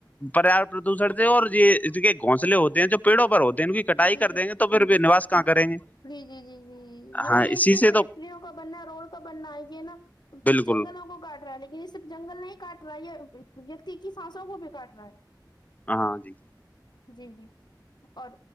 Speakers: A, on the left (about 20°); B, on the left (about 65°).
A: پریاپت پردوشن سے اور یہ اس کے گھونسلے ہوتے ہیں جو پیڑوں پر ہوتے ہیں ان کی کٹائی
B: جی
A: کر
B: جی
A: دیں گے تو پھر نواس کہاں کریں گے
B: جی جی جی جی جی یہی
A: ہاں
B: ہے
A: اسی
B: کہ
A: سے
B: فیکٹریوں
A: تو
B: کا بننا ہے روڈ کا بننا ہے یہ نا
A: بالکل
B: جنگلوں کو کاٹ رہا ہے لیکن اس صرف جنگل نہیں کاٹ رہا یہ ویکتی کی سانسوں کو بھی کاٹ رہا ہے
A: ہاں جی
B: جی جی اور